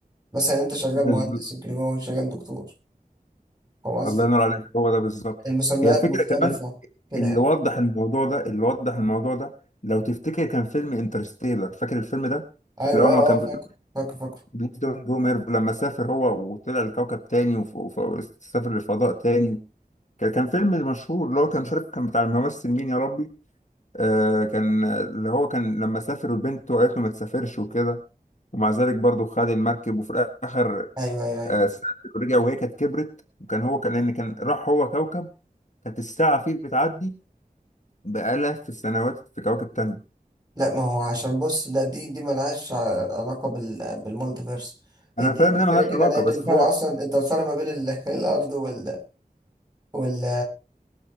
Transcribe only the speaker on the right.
مثلا انت شغال
مهندس يمكن هو شغال دكتور فاهم قصدي
المسميات
مختلفة
كده
يعني
ايوه
اه
اه فاكر فاكر فاكر
ايوه ايوه ايوه
لا ما هو عشان بص ده دي دي ملهاش ع- علاقة بال بالمالتيفيرس دي
دي
كده كده
لأن
الفرق
أصلا أنت الفرق ما بين ال... <laughs> الأرض وال وال